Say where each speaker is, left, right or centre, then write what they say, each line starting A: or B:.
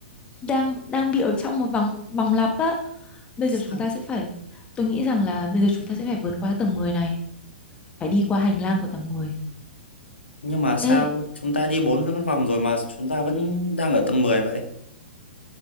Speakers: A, on the left; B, on the left.
A: đang đang bị ở trong một vòng vòng lặp á. Bây giờ
B: sao
A: chúng ta sẽ phải tôi nghĩ rằng là bây giờ chúng ta sẽ phải vượt qua tầng 10 này, phải đi qua hành lang của tầng 10.
B: nhưng mà sao
A: Ê,
B: chúng ta đi bốn vòng rồi mà chúng ta vẫn đang ở tầng 10 vậy